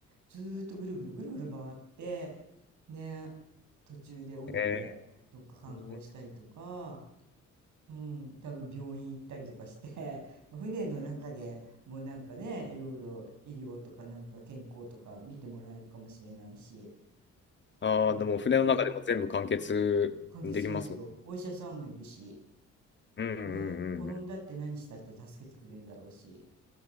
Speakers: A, on the right; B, on the left.
A: ずーっとぐるぐるぐるぐる回って、ね、途中で降りてどっか観光したりとか、
B: <laughs> へえ
A: うん、多分病院行ったりとかして、<laughs> まあ船の中でもうなんかね、いろいろ医療とかなんか健康とか見てもらえるかもしれないし、
B: ああ、
A: うん、
B: でも船の中でも全部完結できますもん。
A: 完結しますよ。お医者さんもいるし、
B: うんう
A: ね、転んだって何したって助けてくれるだろうし。
B: んうん